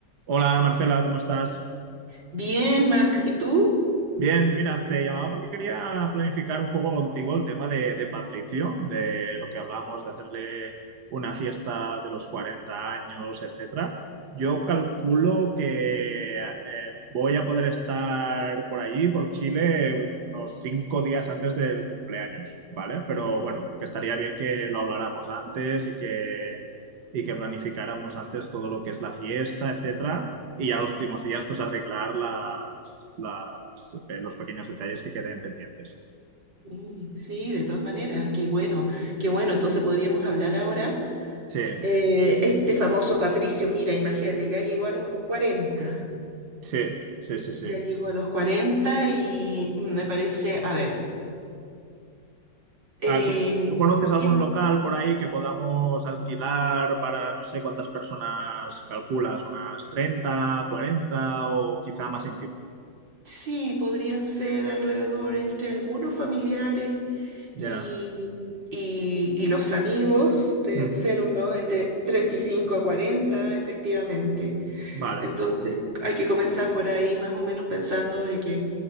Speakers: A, on the right (about 65°); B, on the right (about 85°).
A: Hola Marcela, ¿cómo estás?
B: Bien, Mark, ¿y tú?
A: Bien, mira, te llamaba porque quería planificar un poco contigo el tema de, de Patricio, de lo que hablábamos de hacerle una fiesta de los 40 años, etcétera. Yo calculo que eh, voy a poder estar por allí, por Chile, unos cinco días antes del cumpleaños, ¿vale? Pero
B: Mm,
A: bueno, que estaría bien que lo habláramos antes y que, y que planificáramos antes todo lo que es la fiesta, etcétera y ya los últimos días, pues arreglar las, las, eh, los pequeños detalles que queden pendientes.
B: Sí, sí, de todas maneras, qué bueno, qué bueno. Entonces podríamos hablar ahora.
A: Sí,
B: Eh, este famoso Patricio, mira, imagínate, ya llegó a los cuarenta.
A: sí, sí, sí, sí.
B: ya llegó a los 40 y me parece, a ver, eh,
A: A ver, ¿tú, tú conoces algún
B: que
A: local por ahí que podamos alquilar para no sé cuántas personas calculas? ¿Unas 30 40 o quizá más íntimo?
B: sí, podrían ser alrededor entre algunos familiares y,
A: Ya.
B: y, y los amigos, deben
A: Ujú.
B: ser unos entre 35 a 40, efectivamente.
A: Vale.
B: Entonces hay que comenzar por ahí más o menos pensando de que,